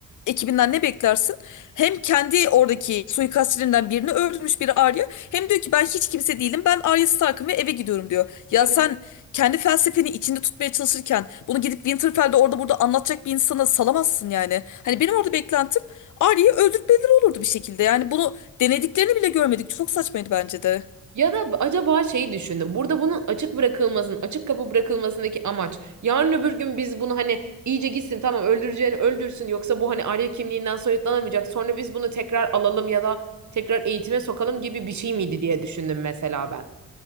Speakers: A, on the left (about 55°); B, on the right (about 50°).
A: ekibinden ne beklersin? Hem kendi oradaki suikastçilerinden birini öldürmüş biri Arya. Hem diyor ki ben hiç kimse değilim. Ben Arya Stark'ım ve eve gidiyorum diyor. Ya
B: Evet.
A: sen kendi felsefeni içinde tutmaya çalışırken bunu gidip Winterfell'de orada burada anlatacak bir insana salamazsın yani. Hani benim orada beklentim Arya'yı öldürtmeleri olurdu bir şekilde. Yani bunu denediklerini bile görmedik. Çok saçmaydı bence de.
B: Ya da acaba şeyi düşündüm. Burada bunun açık bırakılmasının, açık kapı bırakılmasındaki amaç. Yarın öbür gün biz bunu hani iyice gitsin tamam öldüreceğini öldürsün yoksa bu hani Arya kimliğinden soyutlanamayacak. Sonra biz bunu tekrar alalım ya da tekrar eğitime sokalım gibi bir şey miydi diye düşündüm mesela ben.